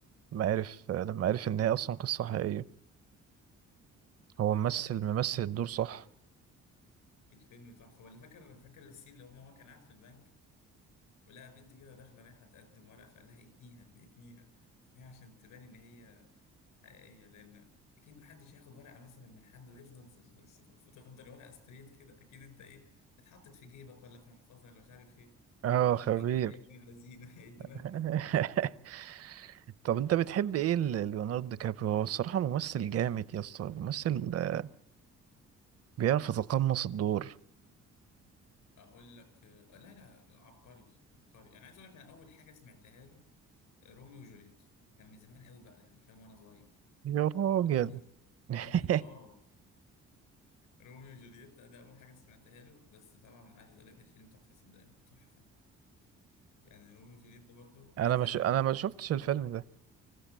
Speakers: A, on the right; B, on the left.
A: لما عرف آه، لما عرف إن هي أصلا قصة حقيقية
B: لا
A: هو ممثل
B: لا, لا بس
A: ممثل
B: الفيلم
A: الدور
B: تحفه
A: صح
B: الفيلم تحفه ولا فاكر فاكر السين اللي هو هو كان قاعد في البنك ولقى بنت كده داخله رايحه تقدم ورق فقال لها اتنيها اتنيها اتنيها عشان تبان ان هي حقيقيه لان اكيد محدش هياخد ورقه مثلا من حد ويفضل صف- صف- فتفضل ورقه ستريت كده اكيد انت ايه اتحطت في جيبك ولا في محفظه ولا مش عارف ايه
A: اه
B: عارف
A: خبير
B: اللي هو ايه يا ابن اللذينه <laughs> ايه الدماغ
A: <laughs>
B: دي
A: طب انت بتحب ايه ل- ليوناردو دي كابريو هو الصراحة ممثل جامد يا اسطى ممثل آه، بيعرف يتقمص الدور
B: اقول لك آه، لا لا عبقري عبقري انا عايز اقول لك انا اول حاجه سمعتها له آه، روميو وجوليت كان من زمان قوي بقى يعني فاهم وانا صغير
A: يا راجل
B: روميو
A: <laughs>
B: روميو اه روميو وجولييت ده اول حاجه سمعتها له بس طبعا عايز اقول لك الفيلم تحفه صدقني تحفه يعني روميو وجولييت ده برضه
A: انا
B: لازال
A: مش انا
B: من
A: ما شفتش الفيلم ده